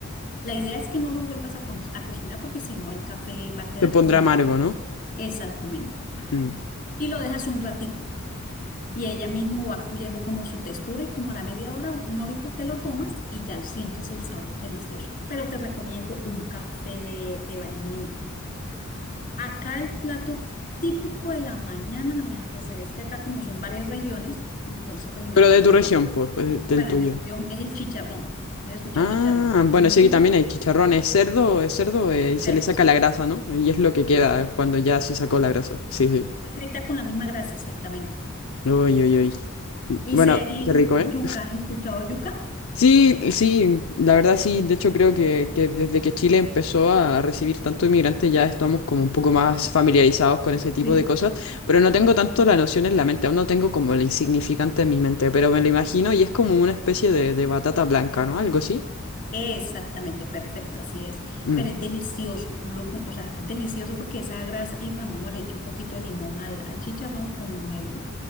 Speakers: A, on the left; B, on the left.
A: La idea es que no lo vuelvas a, co- a cocinar porque si no el café va a quedar
B: Te pondrá
A: como
B: amargo,
A: ya.
B: ¿no?
A: Exactamente.
B: Mm.
A: Y lo dejas un ratico. Y ella mismo va cogiendo como su textura y como a la media hora, una horita te lo tomas y ya sientes el sabor delicioso. Pero te recomiendo un café de, de vainilla. Acá el plato típico de la mañana, la mañana, pues es que acá como son varias regiones, entonces pues en
B: Pero
A: la región,
B: de tu región, pues, pues, del
A: bueno,
B: tuyo.
A: en mi región es el chicharrón. ¿Sí has escuchado
B: Ah,
A: el chicharrón?
B: bueno,
A: Un
B: sí, aquí también hay chicharrón, es cerdo, es cerdo eh, y se
A: cerdo,
B: le saca
A: sí.
B: la grasa, ¿no? Y es lo que queda
A: sí, sí.
B: cuando ya se sacó la grasa. Sí, sí.
A: Frita con la misma grasa, exactamente.
B: Uy, uy, uy.
A: Y,
B: Bueno,
A: se, y
B: qué rico,
A: yuca,
B: ¿eh?
A: ¿has escuchado yuca?
B: Sí, sí, la verdad sí, de hecho creo que, que desde que Chile empezó a recibir tanto inmigrante ya estamos como un poco más familiarizados con ese tipo
A: Sí.
B: de cosas, pero no tengo tanto la noción en la mente, aún no tengo como el insignificante en mi mente, pero me lo imagino y es como una especie de, de batata blanca, ¿no? Algo así.
A: Exactamente, perfecto, así es.
B: Mm.
A: Pero es delicioso, tú lo pon- o sea, es delicioso porque esa grasa, y bueno, uno le echa un poquito de limón al, al chicharrón con el,